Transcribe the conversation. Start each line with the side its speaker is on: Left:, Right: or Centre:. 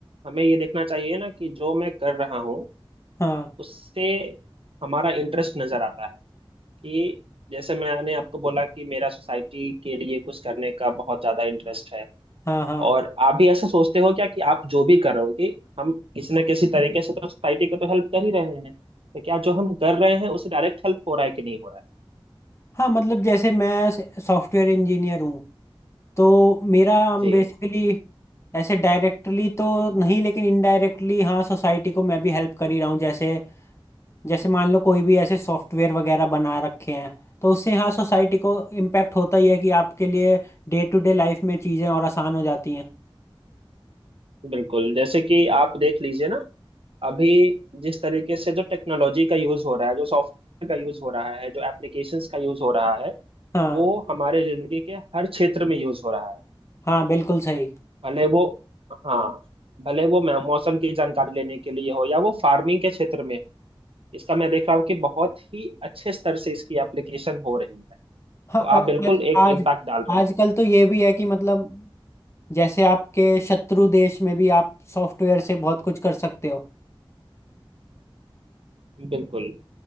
Right: हमें ये देखना चाहिए ना कि जो मैं कर रहा हूँ
Left: हाँ
Right: उससे हमारा इंटरेस्ट नजर आता है कि जैसे मैंने आपको बोला कि मेरा सोसाइटी के लिए कुछ करने का बहुत ज्यादा इंटरेस्ट है
Left: हाँ हाँ
Right: और आप भी ऐसा सोचते हो क्या कि आप जो भी कर रहे हो कि हम किसी न किसी तरीके से तो सोसाइटी को तो हेल्प कर ही रहे हैं तो क्या जो हम कर रहे हैं उससे डायरेक्ट हेल्प हो रहा है कि नहीं हो रहा है
Left: हाँ मतलब जैसे मैं सॉफ्टवेयर इंजीनियर हूँ तो मेरा
Right: जी
Left: बेसिकली ऐसे डायरेक्टली तो नहीं लेकिन इनडायरेक्टली हाँ सोसाइटी को मैं भी हेल्प कर ही रहा हूँ जैसे जैसे मान लो कोई भी ऐसे सॉफ्टवेयर वगैरह बना रखे हैं तो उससे हाँ सोसाइटी को इम्पैक्ट होता ही है कि आपके लिए डे टू डे लाइफ में चीज़ें और आसान हो जाती हैं
Right: बिल्कुल जैसे कि आप देख लीजिए ना अभी जिस तरीके से जो टेक्नोलॉजी का यूज हो रहा है जो सॉफ्टवेयर का यूज हो रहा है जो एप्लीकेशंस का यूज हो रहा है
Left: हाँ
Right: वो हमारे जिंदगी के हर क्षेत्र में यूज हो रहा है
Left: हाँ बिल्कुल सही
Right: भले वो हाँ भले वो मौसम की जानकारी लेने के लिए हो या वो फार्मिंग के क्षेत्र में हो इसका मैं देख रहा हूँ कि बहुत ही अच्छे स्तर से इसकी एप्लीकेशन हो रही है
Left: हाँ
Right: तो
Left: और
Right: आप बिल्कुल
Left: आज
Right: एक
Left: आज
Right: इम्पैक्ट डाल रहे
Left: आजकल तो ये भी है कि मतलब जैसे आपके शत्रु देश में भी आप सॉफ्टवेयर से बहुत कुछ कर सकते हो
Right: हैं बिल्कुल